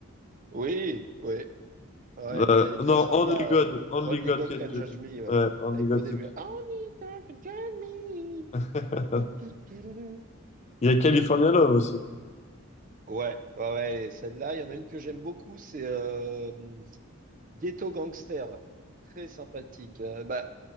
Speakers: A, on the right; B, on the left.
A: Oui, oui. Ouais,
B: Euh,
A: elle est, elle est très
B: non,
A: sympa.
B: Only God.
A: euh,
B: Only
A: Only
B: God
A: God
B: can
A: Can
B: judge.
A: Judge
B: it.
A: Me, ouais.
B: Ouais, Only
A: Avec
B: God
A: le début,
B: can judge
A: là, Only God Can Judge Me.
B: it. <laughs>
A: Tout, tout, tout, tout, tout.
B: Il y a California Love aussi.
A: Ouais, ouais, ouais, et celle-là, il y en a une que j'aime beaucoup, c'est euh, Ghetto Gangster. Très sympathique. Euh, bah,